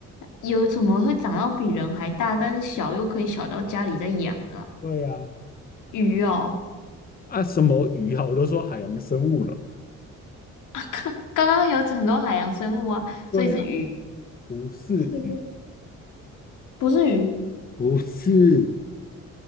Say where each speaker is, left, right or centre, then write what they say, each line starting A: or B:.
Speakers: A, on the left; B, on the left.
A: 有什么会长到比人还大，但是小又可以小到家里在养的啊？
B: 对呀、
A: 鱼哦，
B: 啊，什么鱼啊？我都说海洋生物了。
A: <laughs> 刚刚刚有很多海洋生物啊，
B: 对呀、
A: 所以是鱼。
B: 不是鱼，
A: 就是。不是鱼，
B: 不是